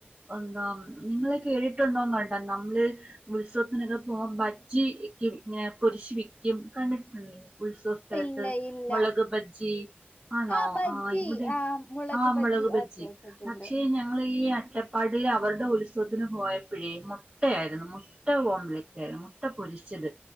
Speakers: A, on the right; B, on the left.
A: എന്താ നിങ്ങളെ കേട്ടിട്ടുണ്ടോന്ന് വണ്ട നമ്മള് ഉത്സവത്തിനൊക്കെ പോകം ബജ്ജിക്ക്‌ ഇങ്ങനെ പോരിശു വിക്കും കണ്ടിട്ടുണ്ട് ഉത്സവത്തി തലത്തു
B: ഇല്ല ഇല്ല
A: മുളക് ഭജ്ജി ആണോ
B: ആ ബജ്ജി
A: ആഹ് ഇവിടെ
B: ആ മുളക്
A: ആഹ് മോളക് ബജ്ജി
B: ആ കേട്ടിട്ടുണ്ട്.
A: പക്ഷേഞ ങ്ങളീ ഈ അട്ടപ്പാടി അവരുടെഉൽ സവത്തിന് പോയപ്പോഴേ മുട്ടയായിരുന്നു മുട്ട ഓംലറ്റ് ആയിരുന്നു മുട്ട പൊരിച്ചത്